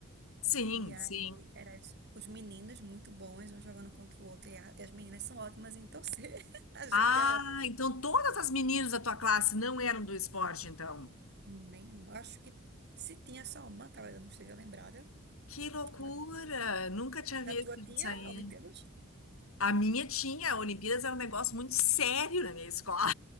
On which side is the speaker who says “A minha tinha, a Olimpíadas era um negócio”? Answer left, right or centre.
Left